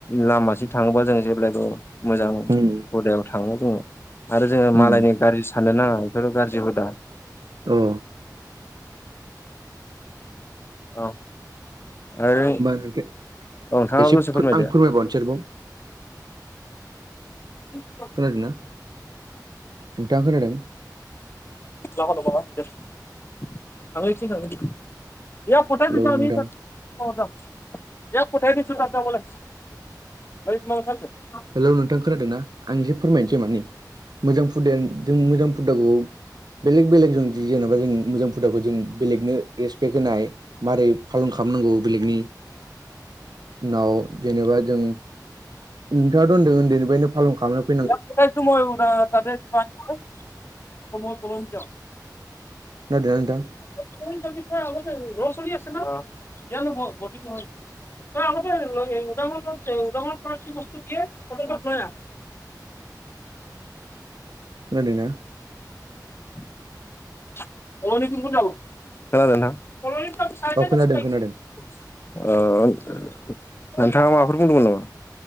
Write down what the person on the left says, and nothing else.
लामासिम थाङोबा जों जेब्लायबो मोजां
हुदायाव थाङो बुङो आरो जोङो मालायनि
गाज्रि साननो नाङा बेफोरो गारजि हुदा
औ ओ औ
नोंथाङाबो
दसे फोरमायदो
<unintelligible>
<unintelligible>
<unintelligible>
<inaudible>
<unintelligible>
<unintelligible> <unintelligible>
<inaudible> नोंथाङा माबाफोर
बुंदोंमोन नामा